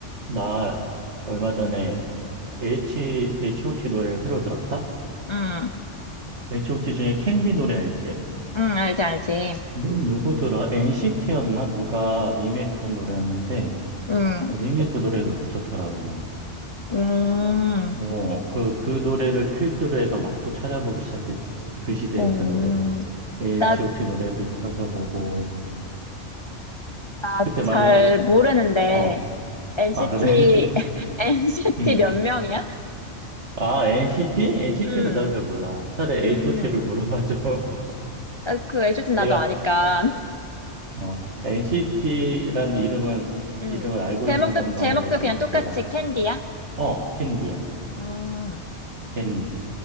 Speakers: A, on the right; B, on the left.
A: 나 얼마 전에 H, H.O.T. 노래를 새로 들었다?
B: 응,
A: H.O.T. 중에 캔디 노래 알지?
B: 응, 알지, 알지.
A: 누, 누구 들어? NCT였나? 누가 리메이크한 노래였는데,
B: 응,
A: 뭐 리메이크 노래도 괜찮더라고.
B: 음,
A: 뭐, 그, 그 노래를 필두로 해서 막 또 찾아보기 시작했지. 그 시대의
B: 음,
A: 그 노래. H.O.T.
B: 나,
A: 노래도 찾아보고,
B: 나
A: 그때
B: 잘
A: 말,
B: 모르는데,
A: 어,
B: NCT,
A: 아, 그래? <laughs>
B: NCT
A: 응.
B: <laughs> 몇 명이야?
A: 아, NCT? NCT도
B: 응,
A: 나도 잘 몰라. 차라리
B: 응,
A: H.O.T.를 물어봐줘. <laughs>
B: 아, 그 애초팀 나도
A: 내가
B: 아니까.
A: 어, NCT라는 이름은,
B: 응,
A: 이름을 알고
B: 제목도,
A: 있는 것만으로도
B: 제목도 그냥 똑같이
A: 대단하다.
B: 캔디야?
A: 어, 캔디야.
B: 음,
A: 캔디.